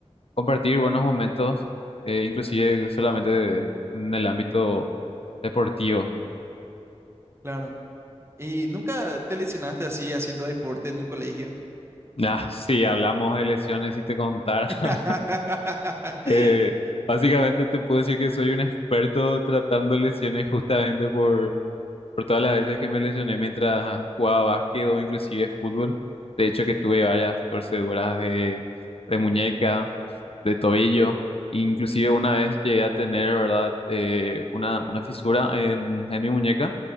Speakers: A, on the left; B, on the right.
A: compartir buenos momentos, eh, inclusive solamente de- en el ámbito deportivo. <laughs>
B: Claro. ¿Y nunca te lesionaste así haciendo deporte en el colegio?
A: Ah, sí, hablamos de lesiones y te contar.
B: <laughs>
A: <laughs> Eh, básicamente te puedo decir que soy un experto tratando lesiones justamente por, por todas las veces que me lesioné mientras jugaba básquet o inclusive fútbol. De hecho que tuve varias torceduras de, de muñeca, de tobillo. Inclusive una vez llegué a tener, ¿verdad? Eh, una, una fisura en, en mi muñeca.